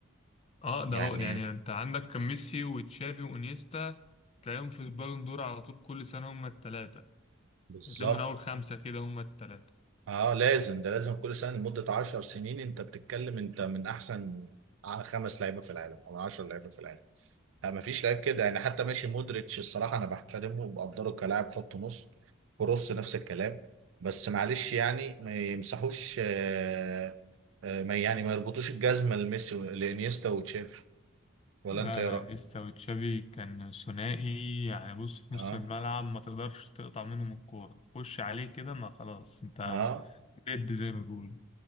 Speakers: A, on the left; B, on the right.
A: اه ده
B: يعني
A: هو يعني انت عندك كان ميسي وتشافي وانيستا تلاقيهم في البالون دور على طول كل سنه هم الثلاثه
B: بالظبط
A: تلاقيهم من اول خمسه كده هم الثلاثه
B: اه لازم ده لازم كل سنه لمده 10 سنين انت بتتكلم انت من احسن ع- خمس لعيبه في العالم او 10 لعيبه في العالم آه مفيش لعيب كده يعني حتى ماشي مودريتش الصراحه انا بحترمه وبقدره كلاعب خط نص كروس نفس الكلام بس معلش يعني ما يمسحوش آه آه ما يعني ما يربطوش الجزمه لميسي و- لانيستا وتشافي ولا
A: لا
B: انت ايه
A: لا
B: رايك؟
A: انيستا وتشافي كان ثنائي يعني بص في
B: اه
A: نص الملعب ما تقدرش تقطع منهم الكوره خش عليه كده ما خلاص انت
B: اه
A: ديد زي ما بيقولوا